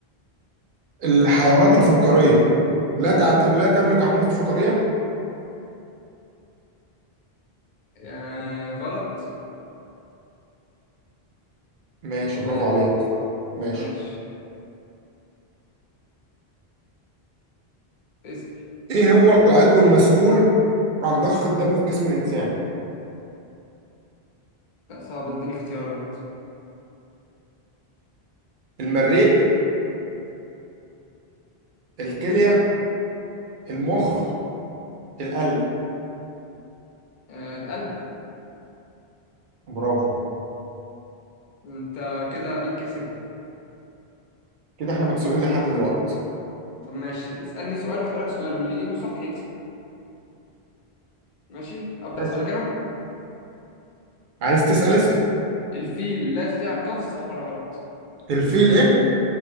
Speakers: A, on the right; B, on the left.
A: الحيوانات الفقارية لا تعت... لا تملك عمود فقري
B: آه غلط
A: ماشي
B: ولا
A: برافو
B: ايه
A: عليك صح ماشي
B: ماشي اسأل
A: ايه هو العضو المسؤول عن ضخ الدم في جسم الانسان
B: لا صعب ده اديني اختيارات
A: المريء الكلية المخ القلب
B: آه القلب
A: برافو
B: انت كده مين كسب
A: كده احنا متساويين لحد دلوقتي
B: طب ماشي اسألني سؤال واسألك سؤال واللي يجيبه صح يكسب ماشي أبدأ
A: ماشي.
B: أسألك أنا
A: عايز تسأل
B: الف...
A: اسأل
B: الفيل لا يستطيع القفز صح ولا غلط
A: الفيل ايه